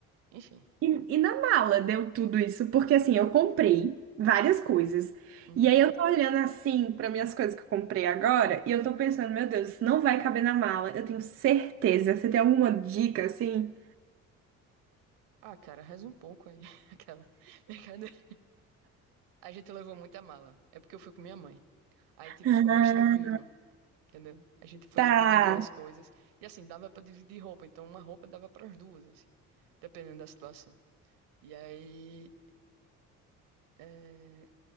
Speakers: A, on the right (about 60°); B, on the right (about 35°).
A: enfim.
B: E, e na mala deu tudo isso, porque assim, eu comprei várias coisas.
A: Uhum.
B: E aí eu tô olhando assim para minhas coisas que eu comprei agora, e eu tô pensando, meu Deus, isso não vai caber na mala. Eu tenho certeza. Você tem alguma dica assim?
A: Ah, cara, reza um pouco aí. <laughs> Aquela. Brincadeira. A gente levou muita mala. É porque eu fui com minha mãe. Aí, tipo,
B: Ah,
A: ficou mais tranquilo, entendeu? A gente foi
B: Tá.
A: dividindo as coisas. E assim, dava pra dividir roupa. Então, uma roupa dava pras duas, assim, dependendo da situação. E aí. É,